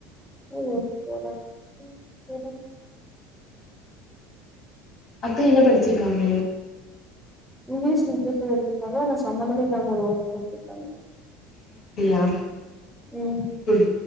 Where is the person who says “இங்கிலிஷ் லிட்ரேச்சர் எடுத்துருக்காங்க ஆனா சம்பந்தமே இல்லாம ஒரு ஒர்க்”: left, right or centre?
Centre